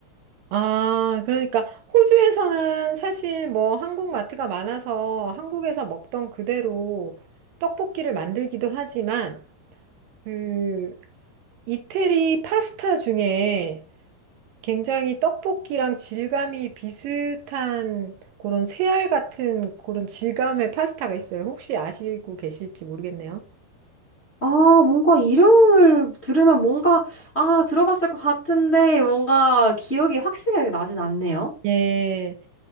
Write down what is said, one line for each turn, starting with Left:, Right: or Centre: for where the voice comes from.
Right: 아, 그러니까 호주에서는 사실 뭐 한국 마트가 많아서 한국에서 먹던 그대로 떡볶이를 만들기도 하지만 그 이태리 파스타 중에 굉장히 떡볶이랑 질감이 비슷한 그런 새알 같은 그런 질감의 파스타가 있어요. 혹시 아시고 계실지 모르겠네요.
Left: 아, 뭔가 이름을 들으면 뭔가, 아, 들어봤을 것 같은데 뭔가 기억이 확실하게 나진 않네요.
Right: 예.